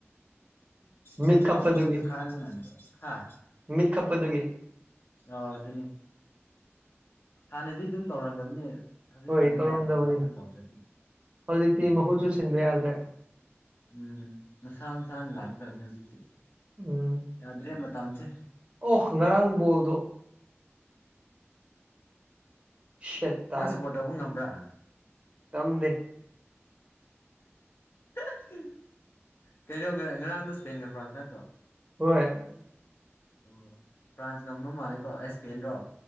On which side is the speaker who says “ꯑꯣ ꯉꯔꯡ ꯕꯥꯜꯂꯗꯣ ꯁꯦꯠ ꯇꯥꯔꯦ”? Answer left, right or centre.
Right